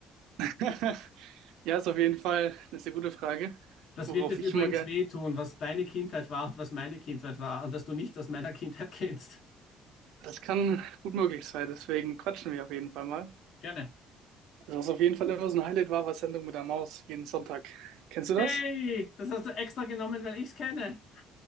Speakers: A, on the right; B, on the left.
A: <laughs> Ja, ist auf jeden Fall eine sehr gute Frage,
B: Das
A: worauf
B: wird jetzt
A: ich
B: übrigens
A: immer gerne.
B: wehtun, was deine Kindheit war und was meine Kindheit war und dass du nichts aus meiner Kindheit kennst.
A: Das kann gut möglich sein, deswegen quatschen wir auf jeden Fall mal.
B: Gerne.
A: Also was auf jeden Fall immer so ein Highlight war, war Sendung mit der Maus jeden Sonntag. Kennst du das?
B: Hey,
A: <laughs>
B: das hast du extra genommen, weil ich's kenne.